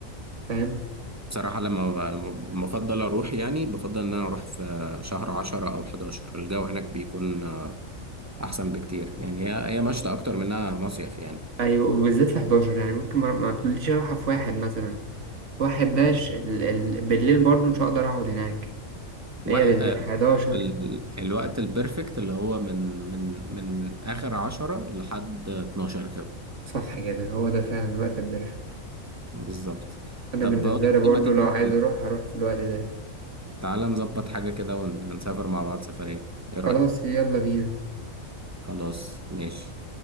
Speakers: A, on the right; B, on the right.
A: فاهم
B: بصراحة لما ب- بفضل أروح يعني بفضل إن أنا أروح في شهر عشرة أو حداشر الجو هناك بيكون آه، أحسن بكتير يعني هي هي مشتى أكتر منها مصيف يعني
A: ايوه وبالذات في 11 يعني ممكن ما ما تقوليش اروحها في واحد مثلا واحد داش ال... ال... بالليل برضه مش هقدر اقعد هناك
B: وح...
A: هي بالذات
B: آه،
A: 11
B: ال- الوقت البرفكت اللي هو من من من آخر عشرة لحد اتناشر كده
A: صح كده هو ده فعلا الوقت البرفكت
B: بالظبط
A: أنا
B: طب
A: بالنسبة
B: بقول لك
A: لي برضه
B: إيه، ما تيجي
A: لو عايز أروح هروح في الوقت ده
B: تعالى نظبط حاجة كده ونسافر مع بعض سفرية إيه رأيك؟
A: خلاص يلا بينا
B: خلاص ماشي